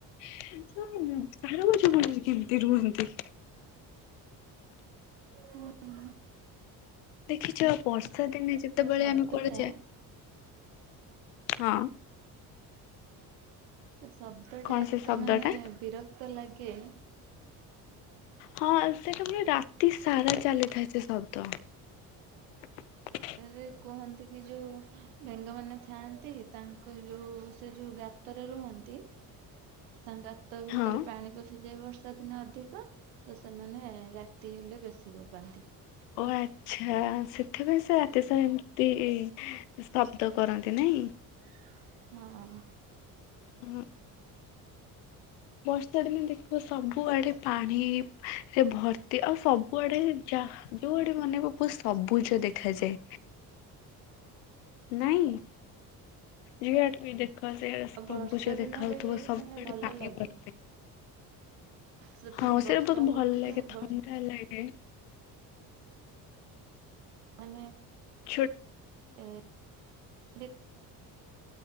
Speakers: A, on the left (about 85°); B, on the right (about 85°).
A: କ ସାରୁ ଗଛ ମୂଳରେ କେମିତି ରୁହନ୍ତି?
B: ହୁଁ
A: ଦେଖିଛ, ବର୍ଷା ଦିନେ ଯେତେବେଳେ
B: ଶବ୍ଦଟା
A: ଆମେ କୁଆଡ଼େ ଯା ହଁ।
B: ତ, ଶବ୍ଦ ଟା
A: କଣ
B: ଏତେ
A: ସେ ଶବ୍ଦ
B: ମାନେ
A: ଟା
B: ବିରକ୍ତ ଲାଗେ।
A: ହଁ, ସେଟା ପୁଣି ରାତି ସାରା ଚାଲିଥାଏ ସେ ଶବ୍ଦ। <unintelligible>
B: ରେ କୁହନ୍ତି କି ଯୋଉ, ବେଙ୍ଗମାନେ ଥାଆନ୍ତି, ତାଙ୍କ ଯୋଉ, ସେ ଯୋଉ ଗା ଗାତରେ ରୁହନ୍ତି, ତାଙ୍କ ଗାତ ଭିତରେ
A: ହଁ
B: ପାଣି ପଶି ଯାଏ ବ ବର୍ଷା ଦିନ ଅଧିକ, ତ ସେମାନେ ରାତି ହେଲେ ବେଶୀ ବୋବାନ୍ତି।
A: ଓ ଆଛା, ସେଥିପାଇଁ ସେ ରାତିସାରା ଏମିତି ଶବ୍ଦ କରନ୍ତି, ନାଇଁ?
B: ହଁ।
A: ମୁ ବର୍ଷାଦିନେ ଦେଖିବ ସବୁଆଡେ ପାଣି ସେ ଭର୍ତ୍ତି ଆଉ ସବୁଆଡେ ଯା, ଯୋଉଆଡକୁ ଅନେଇବ ପୁ ସବୁଜ ଦେଖାଯାଏ। ନାଇଁ? ଯୁଆଡେ ବି ଦେ ଦେଖ ସେ, ସବୁଜ
B: ବର୍ଷା
A: ଦେଖାହେଉଥିବ,
B: ଦିନଟେ ବି
A: ସବୁ
B: ମାନେ
A: ଆଡେ
B: ଭଲ
A: ପାଣି
B: ଲାଗେ
A: ପରଫେକ୍ଟ
B: ସେପଟେ
A: ହଁ, ସେଇଟା
B: ବର୍ଷା
A: ବହୁତ
B: ହଉଥିବ
A: ଭଲ ଲାଗେ, ଥଣ୍ଡା
B: ବର୍ଷ
A: ଲାଗେ।
B: ମାନେ
A: ଛୁଟ
B: ଏ। <unintelligible>